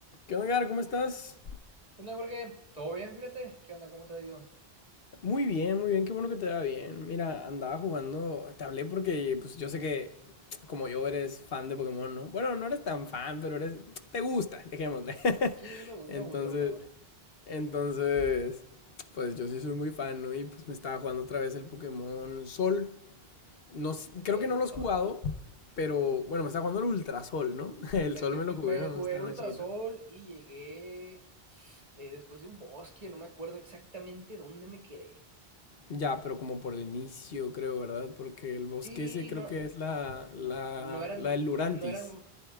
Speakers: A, on the left; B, on the right.
A: ¿Qué onda, Gar? ¿Cómo estás?
B: ¿Qué onda, Jorge? ¿Todo bien? Fíjate. ¿Qué onda? ¿Cómo te ha ido?
A: Muy bien, muy bien, qué bueno que te va bien. Mira, andaba jugando, te hablé porque pues yo sé que como yo eres fan de Pokémon, ¿no? Bueno, no eres tan fan, pero eres te gusta, dejémosle.
B: Sí,
A: <laughs>
B: me, gu-
A: Entonces,
B: me gusta Pokémon.
A: entonces pues yo sí soy muy fan, ¿no? Y pues me estaba jugando otra vez el Pokémon Sol. No, s-
B: Ok,
A: creo
B: el
A: que no lo
B: sol.
A: has jugado, pero bueno, me estaba jugando el Ultrasol, ¿no? <laughs> El
B: Me,
A: Sol
B: estoy,
A: me lo jugué,
B: me
A: cuando
B: jugué
A: estaba
B: el
A: muy
B: Ultra
A: chiquito.
B: Sol y llegué eh, después de un bosque. No me acuerdo exactamente dónde me quedé.
A: Ya, pero como por el inicio, creo, ¿verdad? Porque el bosque
B: Sí,
A: ese creo
B: no,
A: que es la, la,
B: n- no eran,
A: la del Lurantis.
B: no eran,